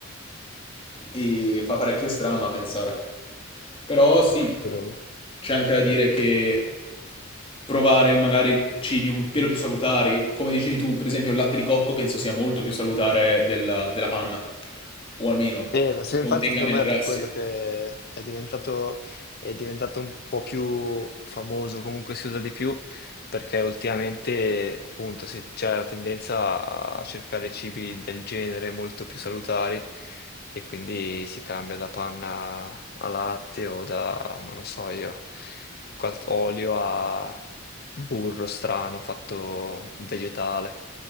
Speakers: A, on the left; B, on the left.
A: e fa parecchio strano a pensare. Però sì,
B: Però
A: c'è anche da dire che provare magari cibi un pelo più salutari. Come dicevi tu, per esempio, il latte di cocco penso sia molto più salutare della, della panna, o almeno
B: Eh, ma se-
A: contenga
B: infatti secondo
A: meno
B: me
A: grassi.
B: è per quello che è diventato, è diventato un po' più famoso, comunque si usa di più, perché ultimamente appunto si- c'è la tendenza a cercare cibi del genere molto più salutari e quindi si cambia da panna a latte o da, non lo so io, qual- olio a burro strano fatto vegetale.